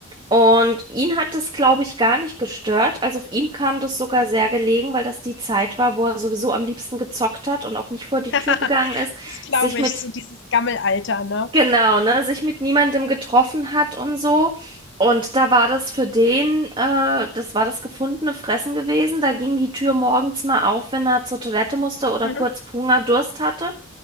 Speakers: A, on the right (about 25°); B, on the left (about 60°).
A: Und ihn hat das, glaube ich, gar nicht gestört. Also auf ihm kam das sogar sehr gelegen, weil das die Zeit war, wo er sowieso am liebsten gezockt hat und auch nicht vor die
B: <laughs>
A: Tür gegangen ist,
B: das glaube
A: sich mit
B: ich, so dieses Gammelalter, ne?
A: Genau, ne, sich mit niemandem getroffen hat und so. Und da war das für den, äh, das war das gefundene Fressen gewesen. Da ging die Tür morgens mal auf, wenn er zur Toilette musste oder
B: Mhm,
A: kurz Hunger, Durst hatte.